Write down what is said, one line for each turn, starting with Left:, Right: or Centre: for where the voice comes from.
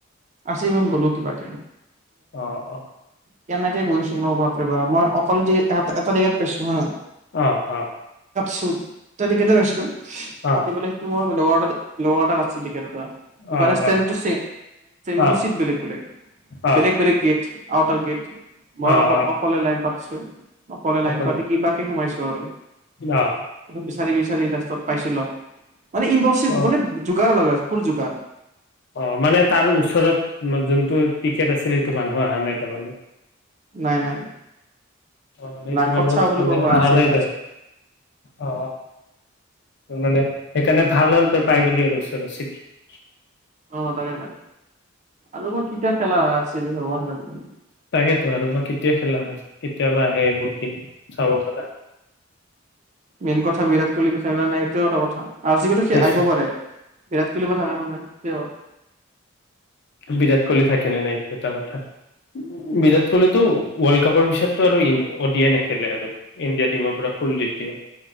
Right: আচি খন গলো কিবা কে
Left: অ অ
Right: কেনেকে গৈছো ভা মই অকল এটা টিকেট পাইছো হা
Left: আহ আহ।
Right: ছু এটা টিকেট এ পাইছিলো
Left: অ অ
Right: পাতি পেলাই সেইটো মই লড ল'ড কছল
Left: অ
Right: আৰু
Left: অ
Right: <unintelligible> চিত বেলেগ বেলেগ
Left: অ অ
Right: বেলেগ বেলেগ গেট আউট অৰ গেট
Left: অ
Right: মই
Left: অ
Right: অকলে পাতছো অকলে লাইন
Left: অকল
Right: পাতি কিবাকে সোমাইচো চৰো
Left: অ
Right: বিচাৰি বিচাৰি ৰা ত পাইছিলো। মানে ই
Left: অ
Right: মানে জোগাৰ লগাইছে ফুল জোগাৰ
Left: অ মানে তাৰ ওচৰত যোনটো টিকেট আছিল সেইটো মানুহ অহা নাই তাৰমানে।
Right: নাই নাই
Left: অ সেইটো
Right: নাই কত
Left: মানুহ
Right: চাও বুলি
Left: মানে
Right: কব আছিলে।
Left: অহা নাই তেওঁ অ মানে সেইকাৰে ভাল হ'ল তোৰ পাইগলী আৰু ওচৰত চিত
Right: অঁ, তাকে ত আৰু মই কিতিয়া খেলা আচিল ভগৱান জনে।
Left: তাকেতো আৰু বা কেতিয়া খেলা হয় কেতিয়াবা আহে বুকিং চাব পৰা।
Right: মেইন কথা ভিৰাত কোহলী মোৰ <unintelligible> নাই। এ এটা কথা। আজি কিন্তু সি
Left: সেইটো
Right: আহিব পাৰে। বিৰাট <unintelligible> মন নাই। <unintelligible>
Left: বিৰাট কোহলি থাকেনে নাই এটা কথা। বিৰাট কোহিলীতো ৱৰ্ল্ড কাপৰ পিছতো আৰু অ দি আই নেখেলে আৰু, ইণ্ডিয়া টিমৰ পৰা ফুল ৰিটায়াৰ।